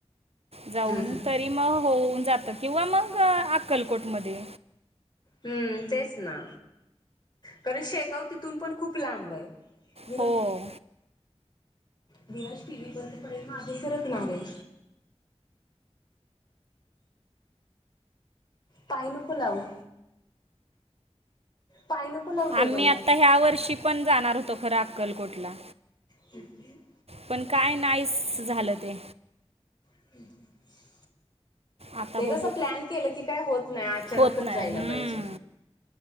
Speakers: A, on the right; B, on the left.
A: जाऊन
B: हम्म
A: तरी मग होऊन जात किंवा मग अक्कलकोट मध्ये
B: हम्म तेच ना कारण शेगाव तिथून पण खूप लांब आहे. विराज
A: हो
B: विराज टी वही बंद पडेल. मागे सरकणारे. पाय नको लाऊ. पाय नको लावू टेबलला
A: आम्ही आता ह्या वर्षी पण जाणार होतो खरं अक्कलकोटला.
B: हे <inaudible>
A: पण काय नाहीस झालं ते.
B: <inaudible>
A: आता
B: ते
A: बघू,
B: कसं प्लॅन केलं की काय होत नाही अचानकच
A: होत नाही.
B: जायला
A: हम्म..
B: पाहिजे